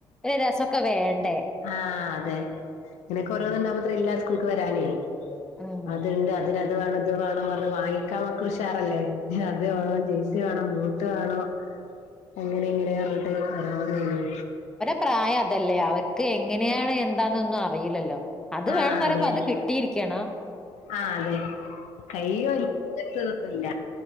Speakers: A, in the centre; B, on the left.
A: ഒരു രസൊക്കെ വേണ്ടേ
B: ആഹ് അതെ നിനക്ക്
A: ഉം
B: ഓരോന്നിണ്ടാവുമ്പോ ത്രില്ലാ സ്കൂൾക്ക് വരാനേ
A: ഉം
B: അത് അത് രണ്ട് വേണം ഇത് വേണം പർഞ്ഞ് വാങ്ങിക്കാ മക്കുഷാറല്ലേ അത് വേണോം ജേഴ്സി വേണോം ബൂട്ട് വേണോ അങ്ങനെ ഇങ്ങനെയാന്ന് അ രാവിലെ എനീ
A: പ്രായതല്ലേ അവർക്ക് എങ്ങനെയാണ് എന്താന്നൊന്നും അറിയില്ലല്ലോ അത്
B: ആഹ്
A: വേണംന്ന് പറയ്മ്പോ
B: അതെ
A: അത് കിട്ട് ട്ടീരിക്കണം
B: ആഹ് അതെ കയ്യോല്ലത്ത്ന്നുമല്ല